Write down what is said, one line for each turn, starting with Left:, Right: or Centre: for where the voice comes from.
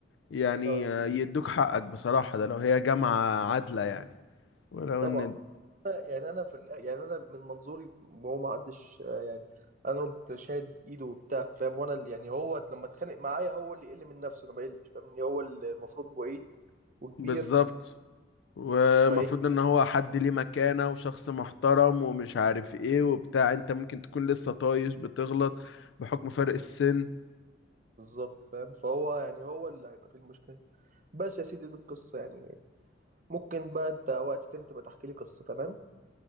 Left: يعني
Right: آه.
Left: آه، يدوك حقك بصراحة ده لو هي جامعة عادلة يعني ولو
Right: طبعا
Left: إن
Right: يعني انا في ال- يعني انا من منظوري هو ما حدش آه، يعني انا قمت شادد ايده وبتاع فاهم وانا اللي يعني هو لما اتخانق معايا هو اللي يقل من نفسه انا ما يقلش فاهمني هو اللي المفروض بعيد وكبير
Left: بالظبط ومفروض
Right: وما يقل
Left: ان هو حد ليه مكانة وشخص محترم ومش عارف ايه وبتاع انت ممكن تكون لسه طايش بتغلط بحكم فرق السن
Right: بالظبط فاهم فهو يعني هو اللي هيبقى في المشكله بس يا سيدي دي القصه يعني ممكن بقى انت وقت تاني تبقى تحكي لي قصه تمام